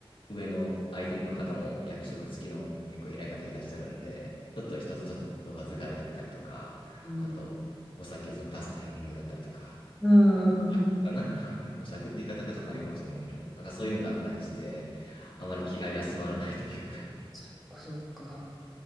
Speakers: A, on the left; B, in the centre.
A: 上の相手の方も役職付きの結構偉い方いらっしゃるんで、ちょっと一つ一つ言葉遣いだったりとか、
B: うんうん
A: あとお酒その出すタイミングだったりとか、
B: うんうん
A: もう、かな模索って言い方がちょっとあれかもしれないけども、なんかそういうのがあったりして、あまり気が休まらないというか。
B: そっかそっか。